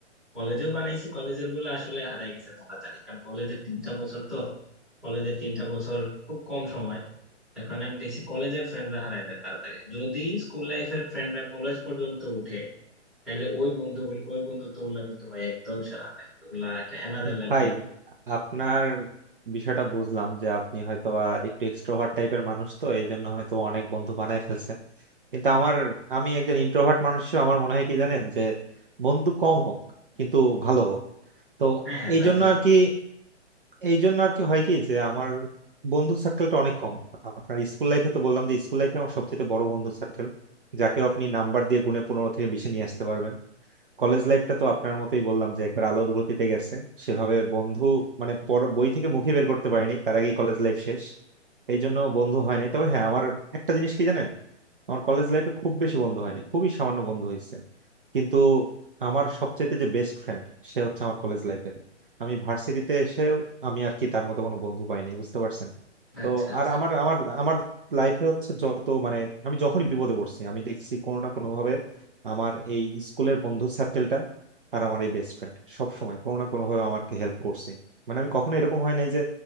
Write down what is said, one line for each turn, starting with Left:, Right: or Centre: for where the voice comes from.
Centre: কলেজেও বানাইছি কলেজের গুলো আসলে হারাই গেছে তাড়াতাড়ি কারণ কলেজের তিনটা বছর তো কলেজের তিনটা বছর খুব কম সময় এর কারণে আমি দেখছি কলেজের ফ্রেন্ডরা হারাই যায় তাড়াতাড়ি যদি স্কুল লাইফের ফ্রেন্ডরা কলেজ পর্যন্ত উঠে তাহলে ওই বন্ধুগুলো ওই বন্ধুত্ব গুলা কিন্তু ভাই একদম সেরা হয় ওগুলা একটা অ্যানাদার লেভেলের
Right: ভাই আপনার বিষয়টা বুঝলাম যে আপনি হয়তোবা একটু এক্সট্রোভার্ট টাইপের মানুষ তো এই জন্য হয়তো অনেক বন্ধু বানায় ফেলছেন কিন্তু আমার আমি একজন ইন্ট্রোভার্ট মানুষ হিসেবে আমার মনে হয় কি জানেন যে বন্ধু কম হোক কিন্তু ভালো হোক তো
Centre: হ্যাঁ হ্যাঁ
Right: এই
Centre: তা
Right: জন্য
Centre: তো অবশ্যই
Right: আর কি এই জন্য আর কি হয় কি যে আমার বন্ধু সার্কেলটা অনেক কম আপনার স্কুল লাইফে তো বললাম যে স্কুল লাইফে আমার সবচেয়ে বড় বন্ধু সার্কেল যাকেও আপনি নাম্বার দিয়ে গুণে পনেরো থেকে বিশে নিয়ে আসতে পারবেন কলেজ লাইফটা তো আপনার মতোই বললাম যে একবার আলোর গতিতে গেছে সেভাবে বন্ধু মানে পর- বই থেকে মুখে বের করতে পারিনি তার আগেই কলেজ লাইফ শেষ এই জন্য বন্ধু হয়নি তবে হ্যাঁ আমার একটা জিনিস কি জানেন আমার কলেজ লাইফে খুব বেশি বন্ধু হয়নি খুবই সামান্য বন্ধু হয়েছে কিন্তু আমার সবচাইতে যে বেস্ট ফ্রেন্ড সে হচ্ছে আমার কলেজ লাইফের আমি ভার্সিটিতে এসেও আমি আর কি তার মতো কোনো বন্ধু পাই নাই বুঝতে পারছেন তো
Centre: আচ্ছা আচ্ছা
Right: আর আমার আমার আমার লাইফে হচ্ছে যত মানে আমি যখনই বিপদে পড়ছি আমি দেখছি কোনো না কোনো ভাবে আমার এই স্কুলের বন্ধু সার্কেলটা আর আমার এই বেস্ট ফ্রেন্ড সব সময় কোনো না কোনো ভাবে আমাকে হেল্প করছে মানে আমি কখনো এরকম হয় নাই যে